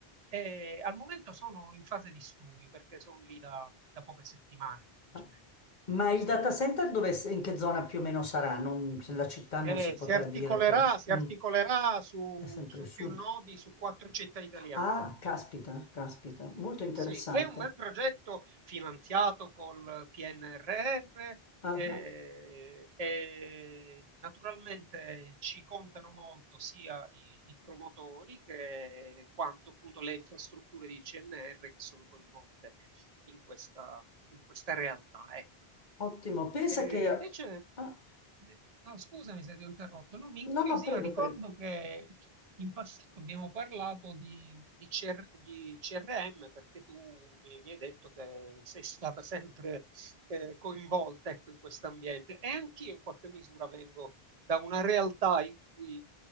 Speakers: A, on the right; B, on the left.
A: e al momento sono in fase di studio perché sono lì da, da poche settimane semplicemente.
B: Ah, Ma il data center dove, s- in che zona più o meno sarà? Non- la città non
A: Eh,
B: si
A: si
B: potrà
A: articolerà,
B: dire, però.
A: si articolerà
B: Mm,
A: su,
B: è sempre
A: su
B: il sud.
A: più nodi, su quattro città italiane.
B: Ah, caspita, caspita, molto interessante.
A: Sì, è un bel progetto finanziato col PNRR
B: Ah,
A: eh,
B: ah,
A: e naturalmente ci contano molto sia i, i promotori che quanto appunto le infrastrutture di CNR che sono coinvolte in questa, in questa realtà. ecco.
B: ottimo. Pensa
A: Eh,
B: che...
A: invece,
B: ah,
A: eh, no, scusami se ti ho interrotto, no, mi incuriosiva,
B: no, no, prego,
A: ricordo
B: prego.
A: che in passato abbiamo parlato di, di CR di CRM perché tu mi, mi hai detto che sei stata sempre eh, coinvolta, ecco, in questo ambiente e anch'io in qualche misura vengo da una realtà in cui